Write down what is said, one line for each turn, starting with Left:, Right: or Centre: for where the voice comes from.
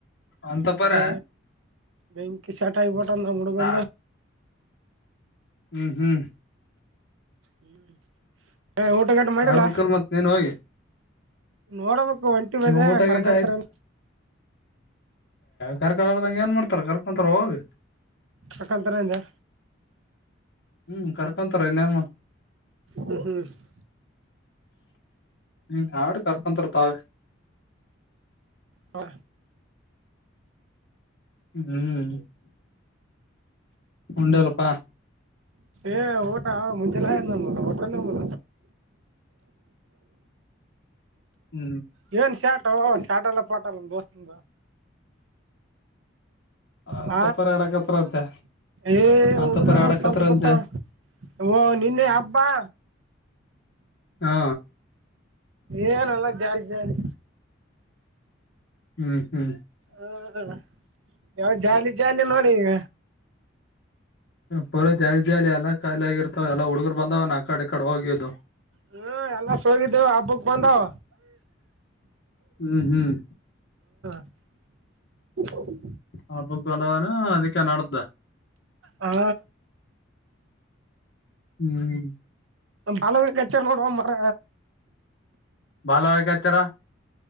Left: ಅಂತಪರ
Right: ಹ ಬೆಂಕಿಸಟ ಇಪಟ ಮಡಗಂಧ
Left: ಅಂತ ಹ್ಮ್ ಹ್ಮ್
Right: ಹ್ಮ್ ಏ ಊಟಗಾಟ ಮಾಡಿಲ್ಲ
Left: ಆಡ್ಬೇಕಲ್ ಮತ್ ನೀನ್ ಹೋಗಿ
Right: ನೋಡಬೇಕು ಒಂಟು ಮದ
Left: ಊಟ
Right: ಕರ್ಕೊಂತರ
Left: ಗೀಟ ಕರ್ಕಾಲ್ದಂಗಗೆ ಏನ್ ಮಾಡ್ತಾರ ಕರ್ಕೊಂತಾರ ಅವೋಗ
Right: ಕರ್ಕಂತಾರ ಅಂದೆ
Left: ಹ್ಮ್ ಕರ್ಕೊಂತಾರ ಇನ್ನಮ್ಮ
Right: ಹ್ಮ್ ಹ್ಮ್.
Left: ಹ್ಮ ಹಾಡ್ ಕರ್ಕೊಂತರ್ ತಗ
Right: ಹಾ
Left: ಹ್ಮ್ ಉಂಡಲ್ಪ
Right: ಏ ಊಟ ಮುಂಜೆಲ್ಲ ನ ಊಟ ನುದ
Left: ಹ್ಮ್
Right: ಇವನ್ ಶ್ಯಾಟ್ ಪ ಶಾಟಲ್ಲ ಪಟಾಲ ದೋಸ್ತಿಂದ ಹ
Left: ಅಂತಪರಿ ಆಡಕತ್ತರಂತೆ
Right: ಏ
Left: ಅಂತಪರಿ
Right: ಒದು ನಮ್ಮ
Left: ಆಡಕತ್ತರಂತೆ
Right: ಸ್ಂತಪಟ್ಟ ಓ ನಿನ್ನೆ ಹಬ್ಬಾ
Left: ಹಾ
Right: ಏನಲ್ಲ ಜಾಸ್ ಜಾರಿಿ
Left: ಹ್ಮ್ ಹ್ಮ್
Right: ಹ್ಮ್ ಯಾವ ಜಾಲಿ ಜಾಲಿ ನೋಡಿ ಈಗ
Left: ಪೂರ ಜಾಲಿ ಜಾಲಿ ಎಲ್ಲ ಖಾಲಿ ಆಗಿರ್ತಾವ ಎಲ್ಲಾ ಹುಡುಗರು ಬಂದವ ನ ಆ ಕಡೆ ಕಡೆ ಹೋಗದು
Right: ಹ್ಮ ಎಲ್ಲ ಸ ಹೋಗಿದ್ದೇವು ಹಬ್ಬಕ್ ಬಂದಾವ
Left: ಹ್ಮ್ ಹ್ಮ್
Right: ಹೌ
Left: ಹ ಬಗ ಬಂದವಾನ ಅದಕ್ಕೆ ನಡ್ದ
Right: ಹಾ
Left: ಹ್ಮ್
Right: ಬಾಲಚರ್ ನೋಡುವ ಮರ
Left: ಬಾಲವಾಯ್ಕಚಾರ